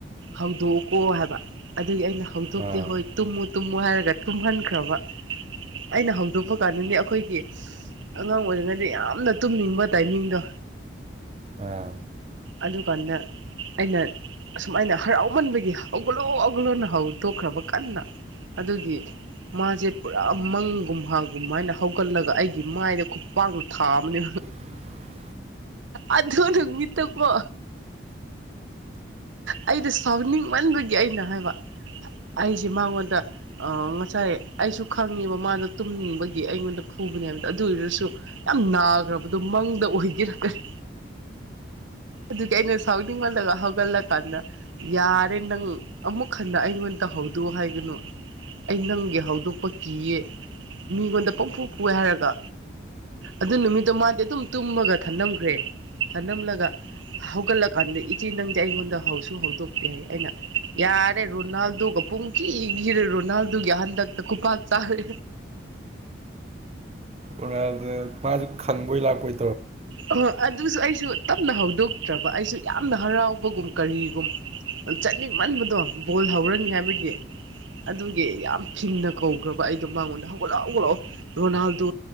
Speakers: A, on the right (about 80°); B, on the right (about 35°).
A: ꯍꯧꯗꯣꯛꯎꯀꯣ ꯍꯥꯏꯕ ꯑꯗꯨꯗꯤ ꯑꯩꯅ ꯍꯧꯗꯣꯛꯀꯦ
B: ꯑꯥ
A: ꯍꯣꯏ ꯇꯨꯝꯃꯨ ꯇꯨꯝꯃꯨ ꯍꯥꯏꯔꯒ ꯇꯨꯝꯍꯟꯈ꯭ꯔꯕ ꯑꯩꯅ ꯍꯧꯗꯣꯛꯄ ꯀꯥꯟꯗꯅꯦ ꯑꯩꯈꯣꯏꯒꯤ ꯑꯉꯥꯡ ꯑꯣꯏꯔꯤꯉꯩꯗ ꯌꯥꯝꯅ ꯇꯨꯝꯅꯤꯡꯕ ꯇꯥꯏꯃꯤꯡꯗꯣ
B: ꯑ
A: ꯑꯗꯨꯀꯥꯟꯗ ꯑꯩꯅ ꯑꯁꯃꯥꯏꯅ ꯍꯔꯥꯎꯃꯟꯕꯒꯤ ꯍꯧꯒꯠꯂꯣ ꯍꯧꯒꯠꯂꯣꯅ ꯍꯧꯗꯣꯛꯈ꯭ꯔꯕ ꯀꯟꯅ ꯑꯗꯨꯒꯤ ꯃꯥꯁꯦ ꯄꯨꯔꯥ ꯃꯪꯒꯨꯝ ꯍꯥꯡꯒꯨꯝ ꯍꯥꯏꯅ ꯍꯧꯒꯠꯂꯒ ꯑꯩꯒꯤ ꯃꯥꯏꯗ ꯈꯨꯠꯄꯥꯡ ꯊꯥꯕꯅꯦ
B: <unintelligible>
A: ꯑꯗꯨꯅ ꯃꯤꯠꯇꯀꯣ ꯑꯩꯗꯤ ꯁꯥꯎꯅꯤꯡꯃꯟꯕꯒꯤ ꯑꯩꯅ ꯍꯥꯏꯕ ꯑꯩꯁꯦ ꯃꯉꯣꯟꯗ ꯑ ꯉꯁꯥꯏ ꯑꯩꯁꯨ ꯈꯪꯉꯦꯕ ꯃꯥꯗꯣ ꯇꯨꯝꯅꯤꯡꯕꯒꯤ ꯑꯩꯉꯣꯟꯗ ꯐꯨꯕꯅꯦꯕꯗ ꯑꯗꯨ ꯑꯣꯏꯔꯁꯨ ꯌꯥꯝ ꯅꯥꯈ꯭ꯔꯕꯗꯨꯣ ꯃꯪꯗ ꯑꯣꯏꯒꯦꯔꯛ ꯀꯅꯤ ꯑꯗꯨꯗꯤ ꯑꯩꯅ ꯁꯥꯎꯅꯤꯡꯃꯜꯂꯒ ꯍꯧꯒꯠꯂꯛ ꯀꯥꯟꯗ ꯌꯥꯔꯦ ꯅꯪ ꯑꯃꯨꯛ ꯍꯟꯅ ꯑꯩꯉꯣꯟ ꯇꯧꯍꯧꯗꯣ ꯍꯥꯏꯒꯅꯨ ꯑꯩ ꯅꯪꯒꯤ ꯍꯧꯗꯣꯛꯄ ꯀꯤꯌꯦ ꯃꯤꯉꯣꯟꯗ ꯄꯪꯐꯣꯛ ꯐꯑꯦ ꯍꯥꯏꯔꯒ ꯑꯗꯨ ꯅꯨꯃꯤꯠꯇꯣ ꯃꯥꯗꯤ ꯑꯗꯨꯝ ꯇꯨꯝꯃꯒ ꯊꯝꯅꯝꯈ꯭ꯔꯦ ꯊꯅꯝꯂꯒ ꯍꯧꯒꯠꯂꯀꯥꯟꯗ ꯏꯆꯦ ꯅꯪꯗꯤ ꯑꯩꯉꯣꯟꯗ ꯍꯧꯁꯨ ꯍꯧꯗꯣꯛꯇꯦ ꯍꯥꯏ ꯑꯩꯅ ꯌꯥꯔꯦ ꯔꯣꯅꯥꯜꯗꯨꯣꯒ ꯄꯨꯡ ꯀꯈꯤꯈꯤꯔꯦ ꯔꯣꯅꯥꯜꯗꯨꯒꯤ ꯍꯟꯗꯛꯇ ꯈꯨꯄꯥꯛꯥꯛ ꯆꯥꯔꯦ
B: ꯑꯣꯗ ꯃꯥꯁꯨ ꯈꯪꯕꯣꯏ ꯂꯥꯛꯄꯣꯏ
A: ꯑ ꯑꯗꯨꯁꯨ ꯑꯩꯁꯨ ꯇꯞꯅ ꯍꯧꯗꯣꯛꯇ꯭ꯔꯕ ꯑꯩꯁꯨ ꯌꯥꯝꯅ ꯍꯔꯥꯎꯕꯒꯨꯝ ꯀꯔꯤꯒꯨꯝ ꯆꯠꯅꯤꯡꯃꯟꯕꯗꯣ ꯕꯣꯜ ꯍꯧꯔꯅꯤ ꯍꯥꯏꯕꯒꯤ ꯑꯗꯨꯒꯤ ꯌꯥꯝ ꯐꯤꯟꯅ ꯀꯧꯈ꯭ꯔꯕ ꯑꯩꯗꯣ ꯃꯉꯣꯟꯗ ꯍꯧꯒꯠꯂꯛ ꯍꯧꯒꯠꯂꯛꯑꯣ ꯔꯣꯅꯥꯜꯗꯣ